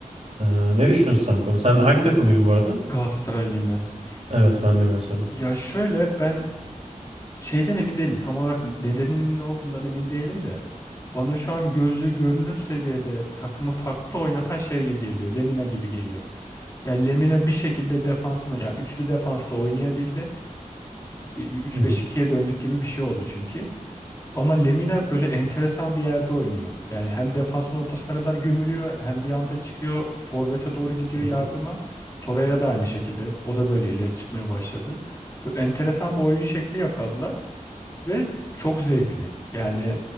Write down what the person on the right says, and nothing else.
Ee, ne düşünüyorsun sen bu konuda? Sen
hangi takımıydın bu arada?
Evet ben de Galatasaraylıyım.
Hı hı,
hı
hı,